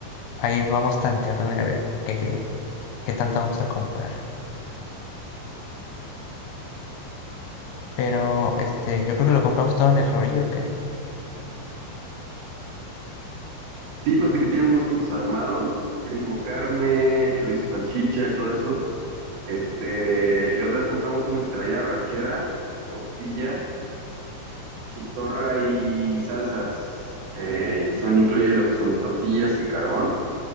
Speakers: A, on the left; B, on the right.
A: ahí vamos tanteándole a ver qué, qué tanto vamos a comprar. Pero, este, yo creo que lo compramos todo en el Florido, ¿o ¿qué?
B: Sí, pues vi que tienen unos combos armados, que tienen como carne, chorizo, salchicha y todo eso. Este, y la otra vez compramos uno que traía rachera, costilla, chistorra y salsas. Eh, y pues también incluye lo que son tortillas y carbón.